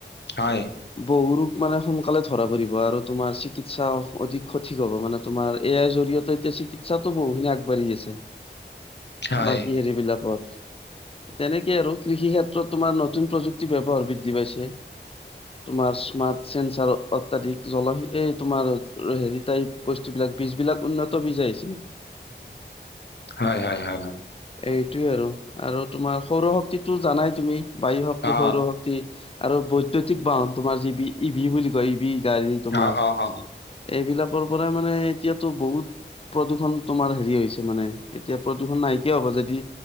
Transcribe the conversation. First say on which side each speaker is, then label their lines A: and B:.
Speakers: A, on the left; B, on the left.
A: হয়।
B: বহু ৰোগ মানে সোনকালে ধৰা পৰিব আৰু তোমাৰ চিকিৎসা অধিক সঠিক হ'ব, মানে তোমাৰ ইয়াৰ জৰিয়তে এতিয়া চিকিৎসাতো বহুখিনি আগবাঢ়ি আছে।
A: হয়
B: বাকী হেৰিবলাকত। তেনেকে আৰু কৃষি ক্ষেত্ৰত তোমাৰ নতুন প্ৰযুক্তি ব্যৱহাৰ বৃদ্ধি পাইছে। তোমাৰ স্মাৰ্ট চেঞ্চাৰ অত্যাধিক জলহী এই তোমাৰ হেৰি টাইপ বস্তুবিলাক বীজ বিলাক উন্নত বীজ আহিছে।
A: হয় হয় হয় হয়।
B: এইটোয়ে আৰু, আৰু তোমাৰ সৌৰু শক্তিতো জানাই তুমি বায়ু শক্তি
A: অ
B: সৌৰু শক্তি টি আৰু বৈদ্যতিক বাহন তোমাৰ যিবি ই ভি কয় ই বি গাড়ীত তোমাৰ
A: অ অ অ
B: এইবিলাকৰ পৰা মানে এতিয়াতো বহুত প্ৰদূষণ তোমাৰ হেৰি হৈছে মানে এতিয়া প্ৰদূষণ নাই। কিয় হ'ব যদি